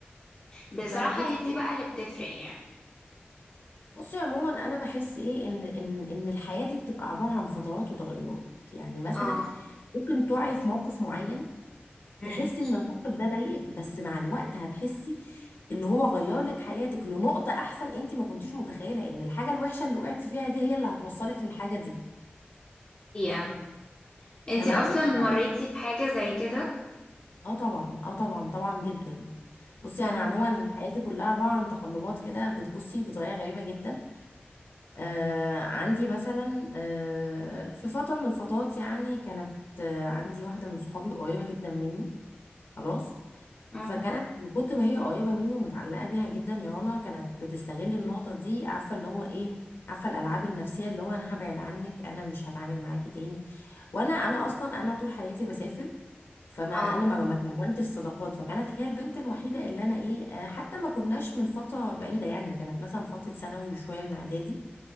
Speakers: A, on the left; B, on the left.
A: بصراحة
B: فبصي
A: هي دي بقى اللي بتفرق يعني
B: بصي عموما انا بحس ايه ان ان ان الحياة دي بتبقى عبارة عن فترات وتغيرات يعني مثلا
A: اه
B: ممكن تقعي في موقف معين
A: امم
B: تحسي ان الموقف ده ضايقك بس مع الوقت هتحسي ان هو غير لك حياتك لنقطة احسن انت ما كنتيش متخيلة ان الحاجة الوحشة اللي وقعتي فيها دي هي اللي هتوصلك للحاجة دي
A: يا انتي
B: تمام
A: اصلا
B: ف...
A: مريتي بحاجة زي كده
B: اه طبعا اه طبعا طبعا جدا بصي
A: أمم.
B: انا عموما حياتي كلها عباره عن تقلبات كده بتبصي بطريقه غريبه جدا آه عندي مثلا آه في فتره من الفترات يعني كانت آه عندي واحده من صحابي قريبه جدا مني خلاص
A: أمم.
B: فكانت من كتر ما هي قريبه مني ومتعلقه بيها جدا يا رنا كانت بتستغل النقطه دي عارفه اللي هو ايه عارفه الالعاب النفسيه اللي هو انا هبعد عنك انا مش هتعامل معاكي تاني وانا انا اصلا انا طول حياتي بسافر فما
A: اه
B: انا ما ما كونتش الصداقات فكانت هي البنت الوحيده اللي انا ايه آه، حتى ما كناش من فتره بعيده يعني كانت مثلا فتره ثانوي وشويه من اعدادي